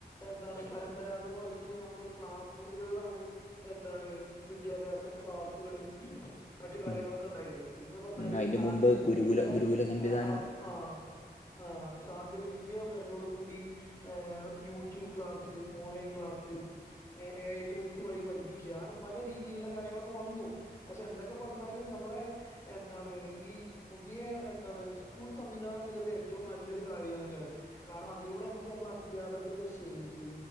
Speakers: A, on the left; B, on the left.
A: എന്താണ് പരമ്പരാഗതമായിട്ട് ഞമ്മള് ക്ലാസ് മുറികൾലാണ് എന്താണ് വിദ്യാഭ്യാസ ക്ലാസ്സുകള് മറ്റു കാര്യങ്ങളൊക്കെ
B: ഉം
A: ണ്ടായിരുന്നു, ഇന്ന് പറഞ്ഞാല്
B: ഉം അതിന്റെ
A: സാങ്കേതിക
B: മുമ്പ് ഗുരുകുല
A: വിദ്യയുടെ
B: ഗുരുകുല സംവിധാനം
A: എ അ ആഹ്‌. ആഹ്‌, സാങ്കേതികവിദ്യ വരലോട് കൂടി ആ YouTube class online class A I tools വഴി പഠിപ്പിക്കാ, അങ്ങനെ പല രീതിയിലുള്ള കാര്യങ്ങളൊക്കെ വന്നു. പക്ഷെ എന്തൊക്കെ പറഞ്ഞാലും ഞമ്മളെ എന്താണ് ഈ പുതിയ എന്താണ് സ്കൂൾ സംവിധാനം ന്നിള്ളത് ഏറ്റവും നല്ലൊരു കാര്യന്നുള്ളാണ്. കാരണം അതിലൂടെ ഞമ്മക്ക് നമ്മളെ അധ്യാപകരുടെ ശൈലി